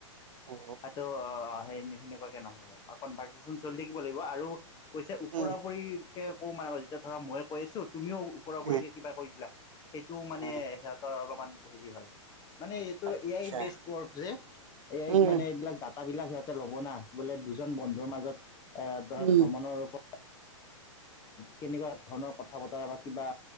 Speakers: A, on the right (about 75°); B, on the left (about 20°).
A: অ
B: আটো অ', নে সেনেকুৱাকে নহব বা কনভাৰ্চন চলি থাকিব লাগিব আৰু কৈছে ওপৰা-ওপৰি,
A: উম
B: ত কো মানে আৰু যেতিয়া ধৰা মইে কৈছো তুমিও ওপৰাওপৰিকে
A: উম
B: কিবা কৈ দিলা সেইটোও মানে
A: উম
B: সিহঁতৰ অলপমান হেৰি হয় মানে এইটো
A: আচ্ছা
B: এ আই বেষ্ট ৱৰ্ক যে এ আই
A: উম
B: মানে এইবিলাক দাঁ তাবিলাক সিহঁতে ল'ব না বোলে দুজন বন্ধুৰ মাজত এ ধৰা
A: উম
B: ভ্ৰমণৰ ৰূপত কেনেকুৱা ধৰণৰ কথা বতৰা বা কিবা